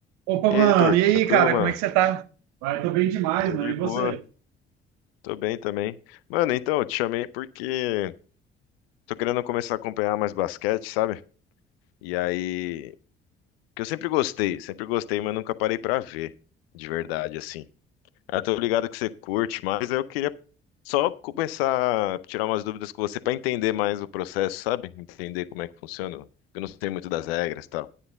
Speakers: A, on the right; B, on the left.
A: Opa,
B: E
A: mano,
B: aí, Heitor,
A: e aí,
B: tranquilo,
A: cara,
B: mano?
A: como é que você tá? Vai, tô bem demais,
B: Tô
A: mano.
B: de
A: E
B: boa,
A: você?
B: tô bem também. Mano, então, eu te chamei porque tô querendo começar a acompanhar mais basquete, sabe? E aí, que eu sempre gostei, sempre gostei, mas nunca parei pra ver, de verdade, assim. Ah, tô ligado que você curte, mas eu queria só começar a tirar umas dúvidas com você pra entender mais o processo, sabe? Entender como é que funciona. Eu não sei muito das regras e